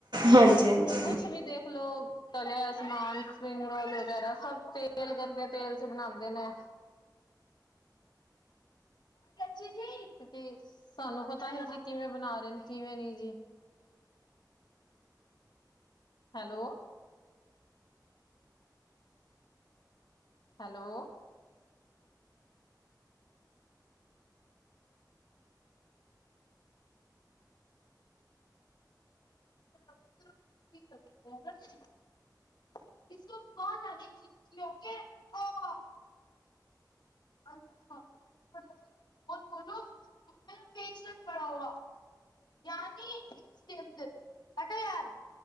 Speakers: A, on the right; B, on the left.
A: ਹਾਂਜੀ ਹਾਂਜੀ
B: ਕੁਛ ਵੀ ਦੇਖ ਲਓ। ਤਲਿਆ ਸਮਾਨ ਸਪਿੰਗ ਰੋਲ ਵਗੈਰਾ ਸਭ ਤੇਲ ਗੰਦੇ ਤੇਲ ਚ ਬਣਾਉਂਦੇ ਨੇ।
A: <inaudible>
B: ਕਿਉਕਿ ਸਾਨੂੰ ਪਤਾ ਹੀ ਜੀ ਕਿਵੇਂ ਬਣਾ ਰਹੇ ਕਿਵੇਂ ਨੀ ਜੀ। ਹੈਲੋ। ਹੈਲੋ। <unintelligible> <unintelligible> <unintelligible> <unintelligible>